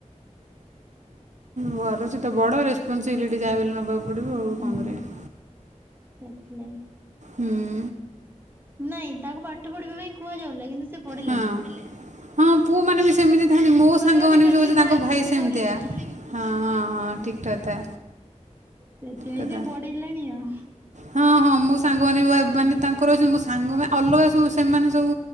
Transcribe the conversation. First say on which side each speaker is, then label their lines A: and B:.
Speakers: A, on the right (about 70°); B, on the right (about 15°).
A: ଉଁ ଘର ସେ ତ ବଡ଼ ରେସପନ୍ସିବିଲିଟି ଯାହା ବି ହେଲେ ନବାକୁ ପଡିବ ଆଉ
B: ହୁଁ
A: କଣ କରିବା,
B: ସେଥିଲାଗି
A: ହୁଁ।
B: ନାଇଁ ତାକୁ ପାଠ ପଢିବା ପାଇଁ କୁହାଯାଉଥିଲା କିନ୍ତୁ ସେ ପଢିଲାଣି।
A: ହଁ ହଁ ପୁଅ ମାନେ ବି ସେମିତି ଥାନ୍ତି, ମୋ ସାଙ୍ଗମାନେ
B: ଜଣେ ସେମିତି
A: ବି ଯୋଉ ବି ତାଙ୍କ
B: ଥାଆନ୍ତି
A: ଭାଇ
B: ମୁଁ
A: ସେମିତିଆ।
B: ପଢ଼ିବିନି
A: ହଁ ହଁ ହଁ ଠିକ କଥା।
B: ସେଥିପାଇଁ
A: କଥା
B: ସେ ପଢିଲାଣି ଆଉ।
A: ହଁ ହଁ ମୋ ସାଙ୍ଗମାନେ ମାନେ ତାଙ୍କର ଅ ମୋ ସାଙ୍ଗମାନେ ଅଲଗା ସବୁ ସେମାନେ ସବୁ